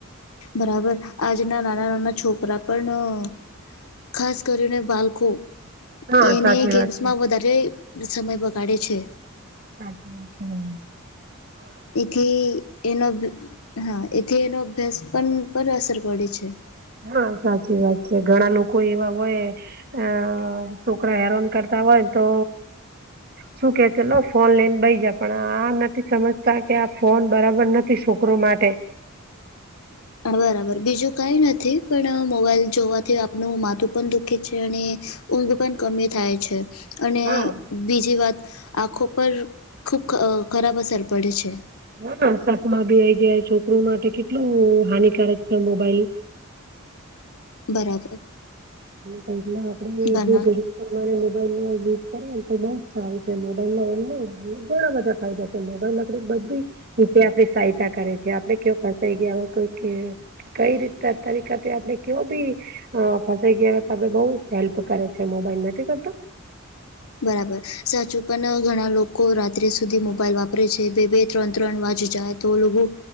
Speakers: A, on the left; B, on the right.
A: બરાબર આજના નાના નાના છોકરા પણ ખાસ કરીને બાળકો
B: હા
A: એને
B: સાચી
A: ગેમ્સમાં
B: વાત છે
A: વધારે સમય બગાડે છે.
B: અચામ
A: એથી એનો હા, એથી એનો અભ્યાસ પણ પર અસર પડે છે.
B: હા સાચી વાત છે ઘણા લોકો એવા હોય. અ શુક્ર હેરોન કરતા હોય તો શું કે ચલો ફોન લઈને બઈ જ પણ આ નથી સમજતા કે આ ફોન બરાબર નથી છોકરો માટે
A: બરાબર બીજું કઈ નથી પણ મોબાઈલ જોવાથી આપનુંું માથું પણ દ છે અને ઊંઘ પણ કમી થાય છે અને
B: હા
A: બીજી વાત આંખો પર ખૂબ ખરાબ અસર પડે છે.
B: હ શાકમાં ભી આઈ જાય છોકરો માટે કેટલું હાનિકારક છે મોબાઈલ.
A: બરાબર
B: કરી આપડે
A: ઘણા
B: રે મોબાઈલ નો યુઝ કરી તો બઉ જ સારું છે, મોબાઈલ ઓનલાઈ ઘણા બધા ફાયદ મોબાઈલ લકડી બધી રીતે આપડી સહાયતા કરે છે આપડે કેવ ફતાઈ ગયાઈ. કઈ રીતના તરીકા આપણે કયો બી હ ફસાઈ ગયા તો બઉ હેલ્પ કરે છે મોબાઈલ બધ.
A: બરાબર સાચું પણ ઘણા લોકો રાત્રે સુધી મોબાઈલ વાપરે છે, બે બે ત્રણ ત્રણ વાજ જાય તો લોકો